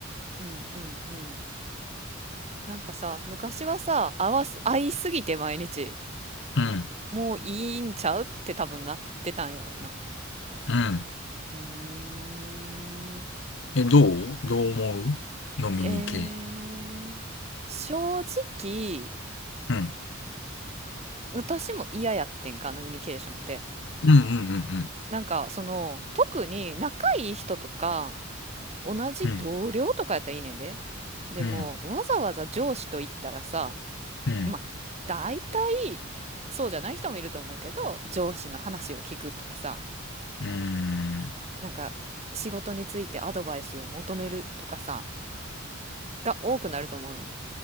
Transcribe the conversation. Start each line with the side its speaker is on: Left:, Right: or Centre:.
Right: うんうんうん。なんかさ、昔はさ、合わす、合いすぎて毎日、
Left: うん。
Right: もういいんちゃうって多分なってたんやろな。
Left: うん。
Right: うーん。
Left: え、どうどう思う飲みに系。
Right: えー、正直、
Left: うん。
Right: 私も嫌やってんか、飲みニケーションって。
Left: うん。うん。
Right: なんか、その、特に仲いい人とか、同じ同僚とかやったらいいねんで。
Left: うん。うん。
Right: でも、
Left: うん。
Right: わざわざ上司と言ったらさ、
Left: うん。
Right: まあ、大体、そうじゃない人もいると思うけど、上司の話を聞くとかさ、
Left: うん。うん。
Right: なんか、仕事についてアドバイスを求めるとかさ、が多くなると思うねん。